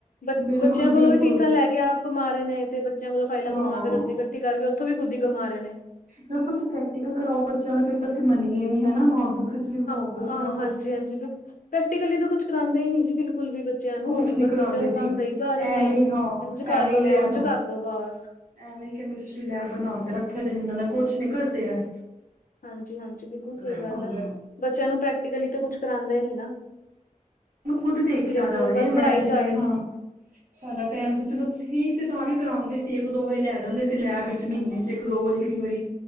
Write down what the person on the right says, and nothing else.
ਬਿਲਕੁਲ
ਬਿਲਕੁਲ
ਹਾਂ
ਫਿਰ ਤੁਸੀਂ ਪ੍ਰੈਕਟੀਕਲ ਕਰਾਓ ਬੱਚਿਆਂ ਨੂੰ ਫਿਰ ਤਾਂ ਅਸੀਂ ਮੰਨੀਏ ਵੀ ਹਨਾ ਨੋਟਬੁੱਕਸ ਲਿਖਵਾਓ
ਬੱਚਿਆਂ ਕੋਲ
ਕੁਛ ਨੀ
ਕਰਾਉਂਦੇ
ਜੀ
ਐਵੇਂ ਹਾਂ
ਐਵੇਂ ਲੈਬ
ਐਵੇਂ ਕੈਮਿਸਟਰੀ ਲੈਬ ਬਣਾ ਕੇ ਰੱਖੇ ਦੇ ਇਹਨਾਂ ਨੇ ਕੁਛ ਨੀ ਕਰਦੇ ਹੈ।
ਹੋਰ
ਮੈਂ ਖੁੱਦ ਦੇਖਿਆ
ਜਾਵੇ
ਮੈਂ
ਜਿਵੇਂ
ਹਾਂ ਸਾਡਾ ਟੈਮ ਸੀ ਚਲੋ ਠੀਕ ਸੀ ਤਾਂ ਵੀ ਕਰਾਉਂਦੇ ਸੀ ਇੱਕ ਦੋ ਵਾਰੀ ਲੈ ਜਾਂਦੇ ਸੀ ਲੈਬ
ਵਿੱਚ ਮਹੀਨੇ ਚ। ਇੱਕ-ਦੋ ਵਾਰੀ ਕਈ ਵਾਰੀ